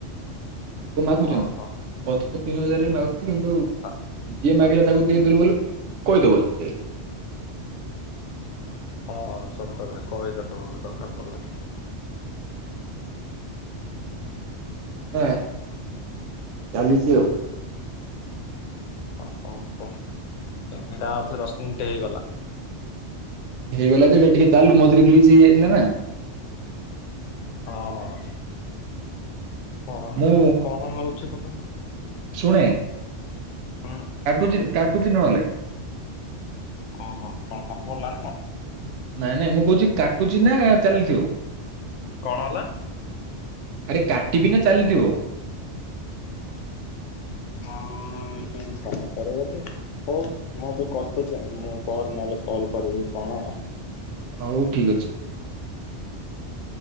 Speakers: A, on the right; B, on the left.
A: ଲୋକ ମାଗୁଛନ୍ତି,
B: ହଁ ହଁ
A: ଅଚଶ ତିନି ହଜାର ମାଗୁଛନ୍ତି। କିନ୍ତୁ
B: କଥା
A: ଯିଏ ମାଗିଲେ ତାକୁ ଦେଇଦେଲୁ ବୋଲି କହିଦବ ସେ।
B: ହଁ ସତରେ କହିଦେବ ଦକାର ପଡ଼ିଲେ।
A: ହଁ ଚାଲିଛି ଆଉ।
B: ଓ ହୋ ହୋ ଏଟା ଆଉ ଥରେ ଦଶ ମିନିଟ୍ ହେଇଗଲା।
A: ହେଇଗଲା ଯେଟା ଟିକେ ଚାଲୁ ମଝୁରରେ ଗିଲି ହେଇଯାଇଥିଲା ନା।
B: ହଁ। କଣ
A: ମୁଁ
B: କଣ ହଉଛି କି
A: ଶୁଣେ।
B: ହୁଁ
A: କାଟୁଛି କାଟୁଛି ନହେଲେ?
B: ଓହୋ କଳ କ ବିଲ ନା କଣ?
A: ନାଇଁ ନାଇଁ ମୁଁ କହୁଚି କାଟୁଚି ନା ଚାଲିଥିବ।
B: କଣ ହେଲା?
A: ଆରେ କାଟିବି ନା ଚାଲିଥିବ।
B: ହଁ କଣ କର ବଧେ? ହଉ ମୁଁ ବି କଟୁଚି ମୁଁ ପରେ ନହେଲେ କଲ କରିବି କଣ?
A: ହଉ ଠିକ ଅଛି।